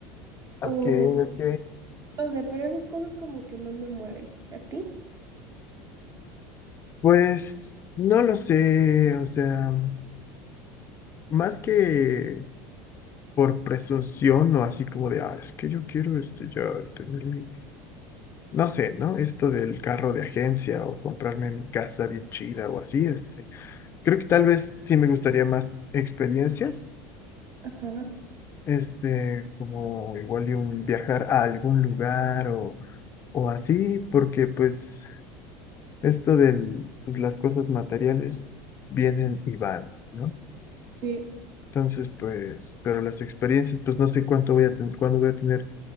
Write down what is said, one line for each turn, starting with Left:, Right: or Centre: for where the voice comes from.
Left: Ok,
Right: O
Left: ok.
Right: no sé, pero esas cosas como que no me mueven. ¿Y a ti?
Left: Pues no lo sé, o sea, más que por presunción o así como de, ah, es que yo quiero este, ya tener mi no sé, ¿no? Esto del carro de agencia o comprarme mi casa bien chida o así, este, creo que tal vez sí me gustaría más experiencias,
Right: Ajá,
Left: este, como igual y un viajar a algún lugar o, o así, porque pues esto del, pues las cosas materiales vienen y van, ¿no?
Right: sí,
Left: Entonces, pues, pero las experiencias, pues no sé cuánto voy a ten- cuándo voy a tener